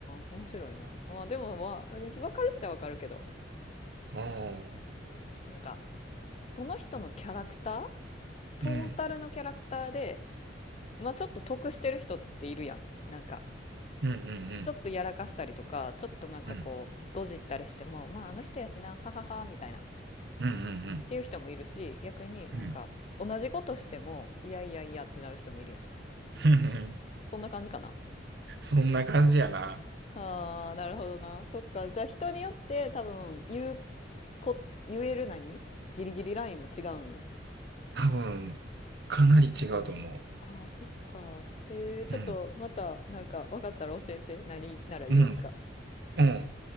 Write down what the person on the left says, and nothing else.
面白いなまあでもまあ分かるっちゃ分かるけど
なんかその人のキャラクタートータルのキャラクターで
まあちょっと得してる人っているやんなんか
ちょっとやらかしたりとかちょっとなんかこうドジったりしてもまああの人やしなはははみたいなっ
ていう人もいるし逆になんか同じことしてもいやいやいやってなる人もいるやん
そんな感じかな
ああ、なるほどな。そっか。じゃあ人によって多分言うこ、言える何ギリギリラインも違うんや。
ああ、そっか。えー、ちょっとまたなんか分かったら教えて。
何なら言えるか。